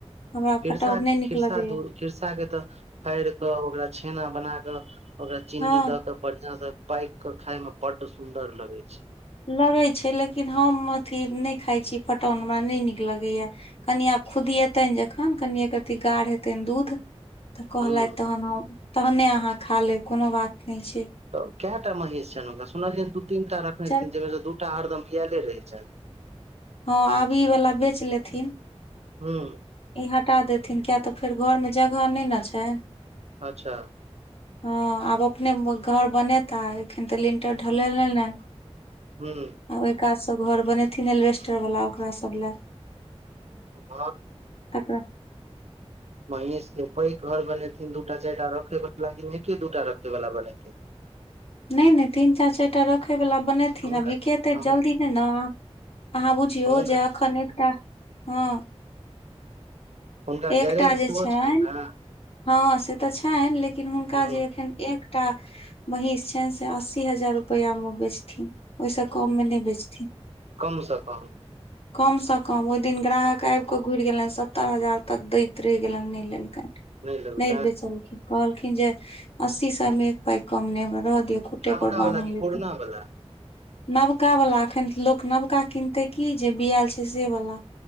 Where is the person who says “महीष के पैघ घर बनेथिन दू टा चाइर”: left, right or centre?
Right